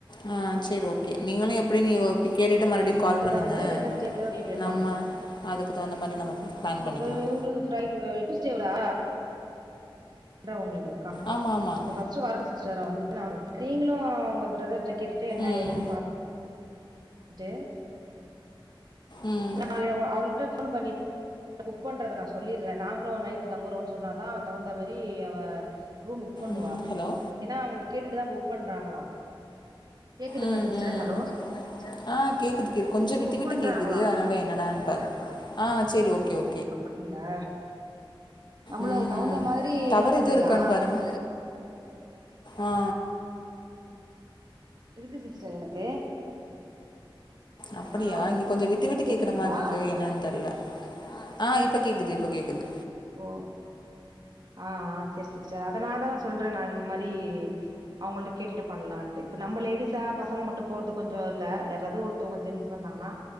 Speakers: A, on the left (about 55°); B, on the right (about 55°).
A: ஆ செரி ஓகே நீங்களு எப்டினு ஒப்பி கேட்டுட்டு மறுபடியு
B: அ
A: கால்
B: அத
A: பண்ணுங்க
B: வந்து வெட்னஸ்டே தேர்ஸ்டே இப்டி எடுப்பாங்க
A: நம்ம அதுக்கு தகுந்த மாரி நம்ம பிளான் பண்ணிக்கலாம்
B: இப்போ இவுங்ளுக்கு ஃப்ரைடே டூஸ்டேவா <inaudible> உங்ளுக்கு கன்
A: ஆமாம் ஆமாம்
B: இல்ல ஃபஸ்ட்டு வரட்டு சிஸ்டர் வந்துட்டு அவுங்க கிட்ட நீங்களு உங்க பிரதர்ட்ட கேட்டுட்டு என்னா
A: ம்
B: ஏதுனு பாத்துட் டு
A: ம்
B: <inaudible> அவள்ட்ட ஃபோன் பண்ணி புக் பண்றத நா சொல்லீட்றே நாங்களு நைட்டு தங்குறோன் சொன்னாதா அவ தகுந்த மாரி அவ ரூம் புக் பண்ணுவா
A: ம் ஹலோ
B: ஏனா அவுங்க கேட்டுட்டுதா புக் பண்றாங்களா கேக்குதுங்களா
A: ம்
B: சிஸ்டர்
A: ம்
B: ஹலோ
A: ஆ கேக்குது கேள் கொஞ்ச விட்டு
B: புக்
A: விட்டு
B: பண்றாங்களா
A: கேக்குது அன்னால என்னடான் பாத் ஆ செரி ஓகே ஓ
B: அப்படிங்ளா நம்மளு
A: ம்
B: அதுக்கு தகுந்த மாதிரி
A: டவர்
B: இது பண்ணிக்கலா
A: எதுவும் இருக்கான்னு பாருங்க ஆ
B: இருக்கு சிஸ்டர் எனக்கு
A: அப்படியா
B: ஹலோ
A: இங்க கொஞ்சோ விட்டு விட்டு
B: கேக்குதுங்களா
A: கேக்கற மார்ருக்கு என்னன் தெர்ல ஆ இப்ப கேக்குது இப்ப கேக்குது
B: ஓ ஆ ஆ செரி சிஸ்டர் அதனால் தா நா சொல்றே நா இந்த மாரி அவுங்கள்ட்ட கேட்டுட்டு பண்லான்ட்டு இப்ப நம்ம லேடிஸா பசங்க மட்டு போறது கொஞ்சோ இல்ல யாராது ஒர் த்தவுங்க ஜென்ஸ் வந்தாங்கன்னா